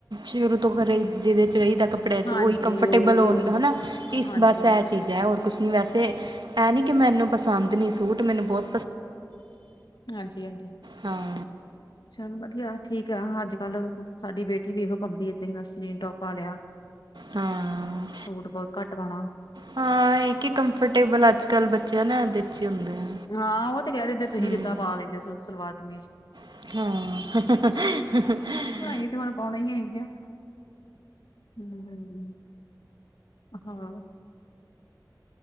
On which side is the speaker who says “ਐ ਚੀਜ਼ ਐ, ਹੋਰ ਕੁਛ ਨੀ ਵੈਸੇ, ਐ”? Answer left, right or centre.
Right